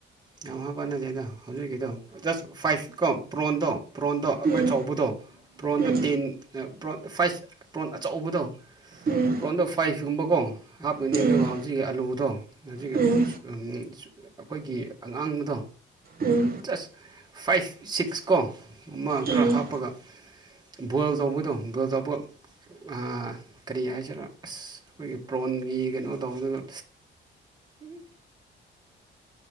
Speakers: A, on the right; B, on the right.
A: ꯌꯥꯝ ꯍꯥꯞꯄ ꯅꯠꯇꯦꯗ ꯍꯧꯖꯤꯛꯀꯤꯗꯣ ꯖꯁ ꯐꯥꯏꯚ ꯀꯣ ꯄ꯭ꯔꯣꯟꯗꯣ ꯄ꯭ꯔꯣꯟꯗꯣ
B: ꯎꯝ
A: ꯑꯈꯣꯏ ꯆꯧꯕꯗꯣ ꯄꯕ꯭ꯔꯣꯟꯗꯣ
B: ꯎꯝ
A: ꯇꯦꯟ ꯄ꯭ꯔꯣꯟ ꯐꯥꯏꯚ ꯄ꯭ꯔꯣꯟ ꯑꯆꯧꯕꯗꯣ
B: ꯎꯝ
A: ꯄ꯭ꯔꯣꯟꯗꯣ ꯐꯥꯏꯚꯀꯨꯝꯕꯀꯣ ꯍꯥꯞꯀꯅꯤ
B: ꯎꯝ
A: ꯑꯗꯨꯒ ꯍꯧꯖꯤꯛꯀꯤ ꯑꯂꯨꯗꯣ ꯍꯧꯖꯤꯛꯀꯤ
B: ꯎꯝ
A: ꯎꯝ ꯑꯈꯣꯏꯒꯤ ꯑꯉꯥꯡꯕꯗꯣ
B: ꯎꯝ
A: ꯖꯁ ꯐꯥꯏꯚ ꯁꯤꯛꯁ ꯀꯣ ꯃ ꯈꯔ
B: ꯎꯝ
A: ꯍꯥꯞꯄꯒ ꯕꯣꯏꯜ ꯇꯧꯕꯗꯣ ꯕꯣꯏꯜ ꯇꯧꯕꯒ ꯑꯥ ꯀꯔꯤ ꯍꯥꯏꯁꯤꯔ ꯑꯁ ꯑꯈꯣꯏꯒꯤ ꯄ꯭ꯔꯣꯟꯒꯤ ꯀꯅꯣ ꯇꯧꯕꯗꯨꯗ ꯑꯝ